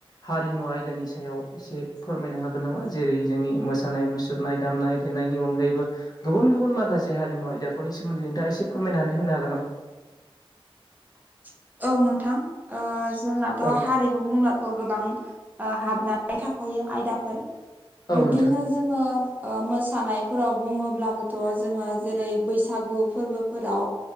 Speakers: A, on the left (about 40°); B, on the right (about 15°).
A: हारिमु आयदानि सायाव एसे फोरमायनो हागोन नामा जेरै जोंनि मोसा सानाय मुसुरनाय दामनाय देनायनि अनगायैबो गुबुन गुबुन माखासे हारिमु आयदाफोरनि सोमोन्दै नोंथाङा एसे फोरमायनानै होनो हागोन नामा?
B: <inaudible> औ नोंथां ओ जोंनाथ'
A: औ
B: हारिमु बुंब्लाथ' गोबां ओ हाबनानै थाखायो आयदाफोर
A: औ
B: बिब्दिनो
A: नोंथां
B: जोङो ओ मोसानायफोराव बुङोब्लाबोथ' जोङो जेरै बैसागु फोरबोफोराव